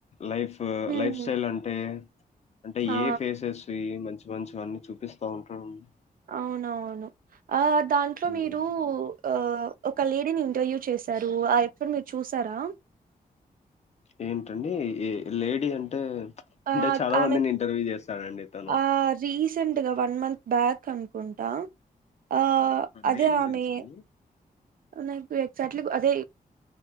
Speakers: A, on the left; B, on the right.
A: లైఫ్
B: హ్మ్
A: లైఫ్ స్టైల్ అంటే అంటే
B: ఆ
A: ఏ ఫేసెస్ మంచి మంచి అన్ని చూపిస్తా ఉంటాడ అండి
B: అవున అవును ఆ దాంట్లో
A: ఉమ్,
B: మీరు ఆ ఒక లేడీని ఇంటర్యూ చేశారు ఆ ఎప్పుడు మీరు చూసారా
A: ఏంటండి ఏ లేడీ అంటే
B: ఆ
A: అంటే చాలా
B: ఆమె
A: మందిని ఇంటర్యూ చేస్తాడఅండి తను
B: ఆ రీసెంట్ గా వన్ మంత్ బ్యాక్ అనుకుంటా ఆ అదే
A: దేని గురించి
B: ఆమె
A: అండి
B: నాకు ఎక్జాట్లీ అదే